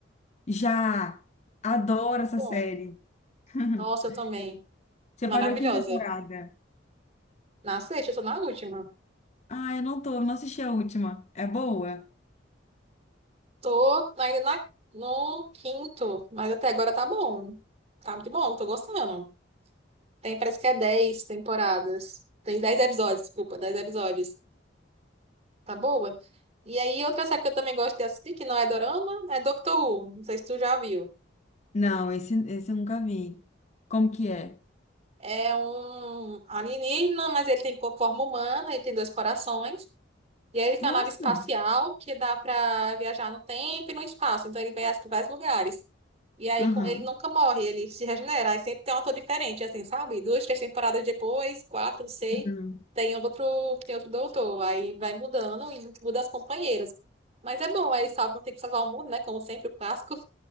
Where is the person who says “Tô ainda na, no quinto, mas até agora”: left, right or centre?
Right